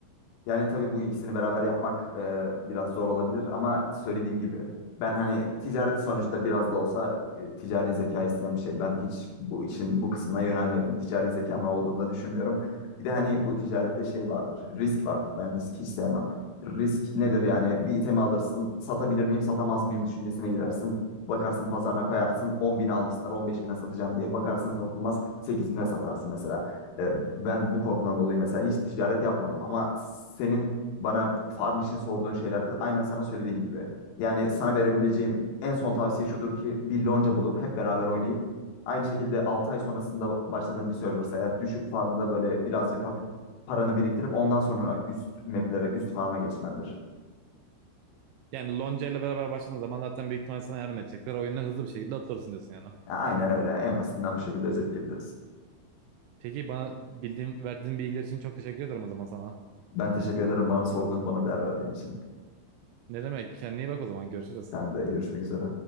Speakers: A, on the left; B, on the right.
A: Yani tabii bu ikisini beraber yapmak e, biraz zor olabilir ama söylediğim gibi ben hani ticaret sonuçta biraz da olsa e, ticari zeka isteyen bir şey. Ben hiç bu işin bu kısmına yönelmedim. Ticari zekamın olduğunu da düşünmüyorum. Bir de hani bu ticarette şey vardır, risk vardır. Ben risk hiç sevmem. Risk nedir yani bir itemi alırsın, satabilir miyim, satamaz mıyım düşüncesine girersin. Bakarsın pazarına koyarsın, 10 bin almışsınlar, 15 bine satacağım diye. Bakarsın satılmaz, 8 bine satarsın mesela. E, ben bu korkudan dolayı mesela hiç ticaret yapmadım ama senin bana farm için sorduğun şeylerde aynen sana söylediğim gibi. Yani sana verebileceğim en son tavsiye şudur ki bir lonca bulup hep beraber oynayıp aynı şekilde 6 ay sonrasında başladığın bir serversa eğer düşük farmda böyle birazcık hafif paranı biriktirip ondan sonra üst maplere, üst farma geçmendir.
B: Yani Lonca ile beraber başladığın zaman zaten büyük ihtimalle sana yardım edecekler. Oyuna hızlı bir şekilde atılırsın diyorsun yani.
A: Ya Aynen öyle. En basitinden bu şekilde özetleyebiliriz.
B: Peki bana bildiğin, verdiğin bilgiler için çok teşekkür ederim o zaman sana.
A: Ben teşekkür ederim bana sorduğun, bana değer verdiğin için.
B: Ne demek? Kendine iyi bak o zaman. Görüşürüz.
A: Sen de görüşmek üzere.